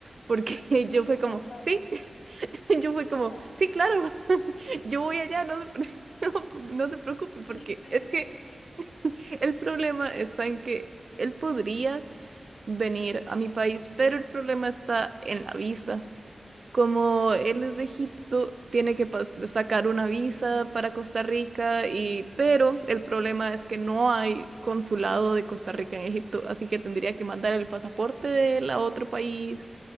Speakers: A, on the right; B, on the left.
A: porque <laughs>
B: Tú
A: yo
B: fuiste
A: fui como,
B: aventada.
A: sí, <laughs> yo fui como,
B: Ajá.
A: sí, claro, <laughs> yo voy allá, no se, pre- <laughs> no, pu- no se preocupe, porque
B: <laughs> ¿En serio?
A: es que el problema está en que él podría venir a mi país, pero el problema está en la visa. Como él es de Egipto, tiene que pas- sacar una visa para Costa Rica y pero el problema es que no hay consulado de Costa Rica en Egipto, así que tendría que mandar el pasaporte de él a otro país